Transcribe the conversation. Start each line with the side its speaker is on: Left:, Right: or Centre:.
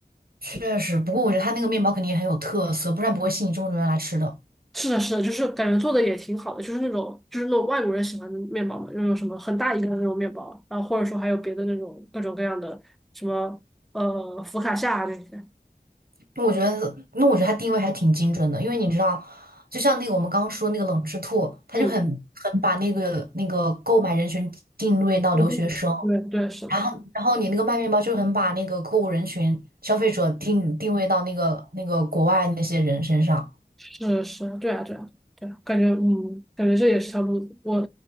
Right: 确实，不过我觉得他那个面包肯定也很有特色，不然不会吸引这么多人来吃的。
Centre: 是的，是的，就是感觉做的也挺好的，就是那种就是那种外国人喜欢的面包嘛，那种什么很大一个的那种面包，然后或者说还有别的那种各种各样的什么呃福卡夏啊这些。
Right: 那我觉得，那我觉得他定位还挺精准的，因为你知道，就像那个我们刚刚说那个冷吃兔，他就很很把那个那个购买人群定位到留学生，
Centre: 嗯，我不对对是。
Right: 然后然后你那个卖面包就很把那个购物人群消费者定定位到那个那个国外那些人身上。
Centre: 是是，对啊，对啊，对啊，感觉嗯，感觉这也是条路子。我